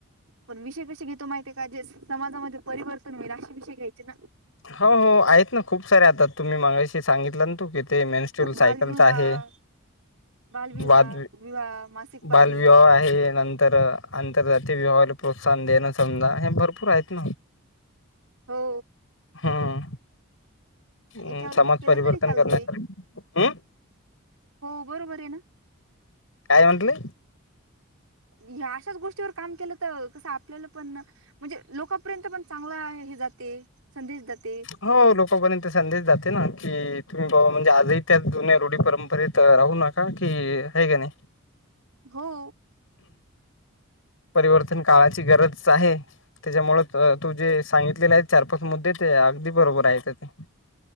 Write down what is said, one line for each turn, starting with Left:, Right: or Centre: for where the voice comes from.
Right: पण विषय कसे घेतो माहितीय का जे समाजामध्ये परिवर्तन होईल अशी विषय घ्यायचे ना.
Left: हो, हो. आहेत ना. खूप सारे. आता तुम्ही मागाशी सांगितलं तू तिथेमेनस्टल
Right: बालविवाह
Left: सायकलचा आहे.
Right: बालविवाह
Left: वाद
Right: विवाह मासिक पाळी
Left: बालविवाह आहे. नंतर -- आंतरजातीय विवाहाला प्रोत्साहन देणं समजा हे भरपूर आहेत ना.
Right: हो.
Left: हम्म! ह्
Right: याच्यावर
Left: समाज
Right: केलं
Left: परिवर्तन
Right: तरी चालते
Left: करण्यासाठी, हम्म
Right: हो बरोबर हेना.
Left: काय म्हटली?
Right: ह्या अशाच गोष्टीवर काम केलं तर कस आपल्याला पण ना म्हणजे लोकपर्यंत पण चांगला हे जाते. संदेश जाते.
Left: हो. लोकांपर्यंत संदेश जाते ना की तुम्ही बाबा म्हणजे आजही त्या जुन्या रुढी परंपरेत राहू नका. का की हे कीनाय.
Right: हो.
Left: परिवर्तन काळाची गरज आहे. त्याच्यामुळे तू जे सांगितलेले आहे चार पाच मुद्दे ते अगदी बरोबर आहेत ते.